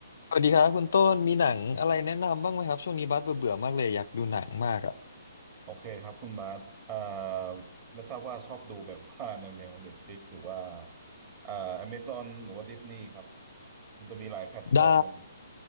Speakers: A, on the left (about 65°); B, on the right (about 30°).
A: สวัสดีครับคุณต้นมีหนังอะไรแนะนำบ้างไหมครับช่วงนี้บัสเบื่อเบื่อมากเลยอยากดูหนังมากอ่ะ
B: โอเคครับคุณบาสเอ่อไม่ทราบว่าชอบดูแบบว่า <laughs> แนวแนว Netflix หรือว่าเอ่อ Amazon หรือว่า Disney ครับ มันจะมีหลายแพลตฟอร์ม
A: ได้